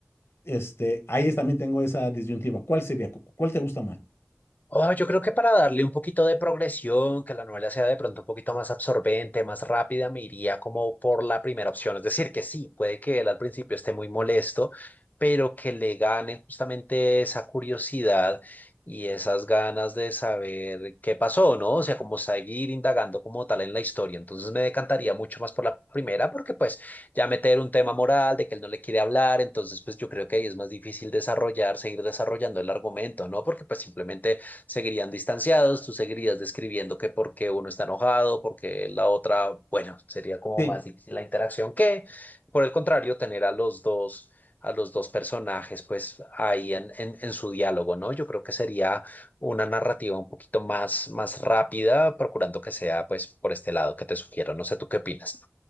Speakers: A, on the left; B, on the left.
A: Este, ahí es- también tengo esa disyuntiva. ¿Cuál sería? ¿Cu- ¿Cuál te gusta más?
B: Oh, yo creo que para darle un poquito de progresión, que la novela sea de pronto un poquito más absorbente, más rápida, me iría como por la primera opción. Es decir, que sí, puede que él al principio esté muy molesto, pero que le gane justamente esa curiosidad y esas ganas de saber qué pasó, ¿no? O sea, como seguir indagando como tal en la historia. Entonces me decantaría mucho más por la primera, porque pues ya meter un tema moral de que él no le quiere hablar, entonces pues yo creo que ahí es más difícil desarrollar, seguir desarrollando el argumento, ¿no? Porque pues simplemente seguirían distanciados, tú seguirías describiendo que por qué uno está enojado, porque la otra, bueno, sería como
A: Sí.
B: más difícil la interacción que, por el contrario, tener a los dos, a los dos personajes, pues ahí en, en, en su diálogo, ¿no? Yo creo que sería una narrativa un poquito más, más rápida, procurando que sea, pues, por este lado que te sugiero. No sé, ¿tú qué opinas?